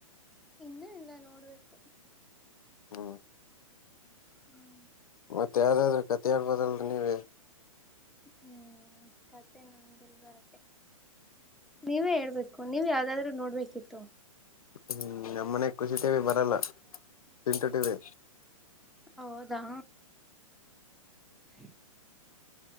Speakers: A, in the centre; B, on the left.
A: ಇನ್ನ ಇಲ್ಲ ನೋಡ್ಬೇಕು
B: ಹ್ಮ
A: ಹ್ಮ್
B: ಮತ್ತೆ ಯಾವ್ದಾದ್ರು ಕತೆ ಹೇಳ್ಬೋದಲ್ರಿ ನೀವೇ
A: ಹ್ಮ್ ಕತೆೆ ನಂಗೆಲ್ ಬರತ್ತೆ, ನೀವೇ ಹೇಳ್ಬೇಕು ನೀವ್ ಯಾವ್ದಾದ್ರೂ ನೋಡ್ಬೇಕಿತ್ತು.
B: ಹ್ಮ್ ನಮ್ ಮನೆಗ್ ಕುಷಿ ಟಿವಿ ಬರಲ್ಲ ತ, ಚಿಂಟು ಟಿವಿ
A: ಹೌದಾ ಹ್ಮ